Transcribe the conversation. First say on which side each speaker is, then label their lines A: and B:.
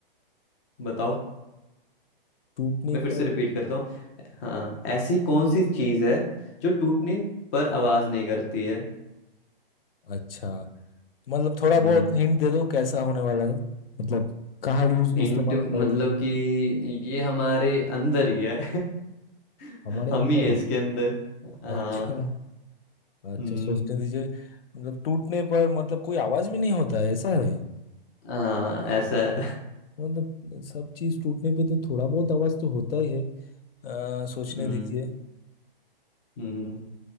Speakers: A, on the left; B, on the left.
A: बताओ
B: टूटने
A: मैं फिर से
B: पर
A: रिपीट करता हूँ हाँ ऐसी कौन सी चीज है जो टूटने पर आवाज नहीं करती
B: अच्छा मतलब थोड़ा
A: है
B: बहुत हिंट दे दो कैसा होने वाला है मतलब कहाँ यूज
A: हिंट
B: इस्तेमाल
A: मतलब
B: होता है ये
A: कि ये हमारे अंदर ही है <laughs>
B: हमारे
A: हम
B: अंदर
A: ही है
B: है
A: इसके अंदर हाँ
B: अच्छा अच्छा
A: हम्म
B: सोचने दीजिए मतलब टूटने पर मतलब कोई आवाज भी नहीं होता है ऐसा है
A: हाँ ऐसा है
B: मतलब सब चीज टूटने पे तो थोड़ा बहुत आवाज तो होता ही है अ, सोचने
A: हम्म
B: दीजिए
A: हम्म